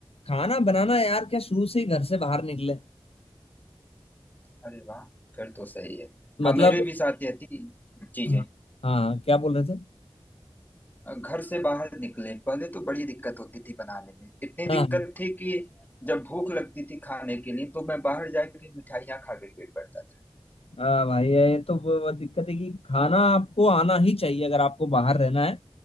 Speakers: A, on the left; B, on the left.
A: खाना बनाना यार क्या शुरू से ही घर से बाहर निकले
B: अरे वाह फिर तो सही है
A: मतलब
B: हाँ मेरे भी साथ यह थी जी
A: हाँ
B: जी
A: हाँ क्या बोल रहे थे
B: घर से बाहर निकले पहले तो बड़ी दिक्कत होती थी बनाने में इतनी
A: हाँ
B: दिक्कत थी कि जब भूख लगती थी खाने के लिए तो मैं बाहर जाके मिठाइयाँ खा के पेट भरता था
A: हाँ भाई ये तो वो वो दिक्कत है कि खाना आपको आना ही चाहिए अगर आपको बाहर रहना है